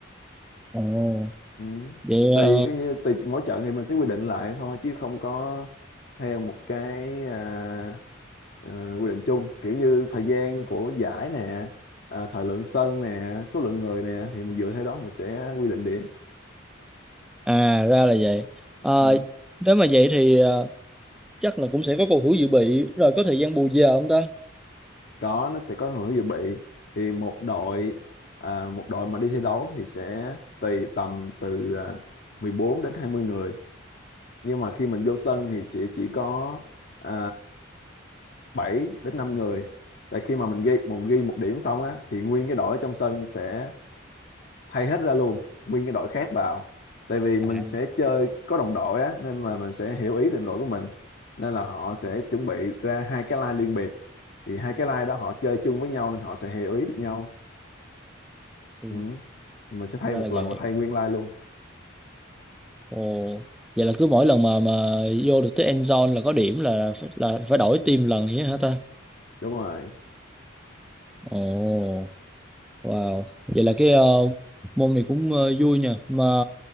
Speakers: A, in the centre; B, on the left.
A: Ồ,
B: Ừ.
A: vậy
B: Tùy
A: ờ,
B: cái như tùy mỗi trận thì mình sẽ quy định lại thôi chứ không có theo một cái à, ờ, quy định chung kiểu như thời gian của giải nè à, thời lượng sân nè số lượng người nè thì mình dựa theo đó mình sẽ quy định điểm
A: À ra là vậy. Ờ,
B: ừ.
A: nếu mà vậy thì ờ, chắc là cũng sẽ có cầu thủ dự bị rồi có thời gian bù giờ không ta?
B: có nó sẽ có thường hướng dự bị thì một đội à, một đội mà đi thi đấu thì sẽ tùy tầm từ à, 14 đến 20 người nhưng mà khi mình vô sân thì sẽ chỉ có à, 7 đến 5 người tại khi mà mình ghi mình ghi một điểm xong á thì nguyên cái đội ở trong sân sẽ thay hết ra luôn nguyên cái đội khác vào tại vì mình
A: À,
B: sẽ chơi có đồng đội á nên mà mình sẽ hiểu ý đồng đội của mình nên là họ sẽ chuẩn bị ra hai cái line riêng biệt thì hai cái line đó họ chơi chung với nhau nên họ sẽ hiểu ý được nhau
A: ừ,
B: ừ. mình sẽ thay
A: ra
B: một
A: là
B: lần
A: vậy.
B: là thay nguyên line luôn
A: Ồ, vậy là cứ mỗi lần mà mà vô được tới end zone là có điểm là phải- là phải đổi team lần vậy hả ta?
B: đúng rồi
A: Ồ, wow. Vậy là cái ờ, môn này cũng ờ, vui nha. Mà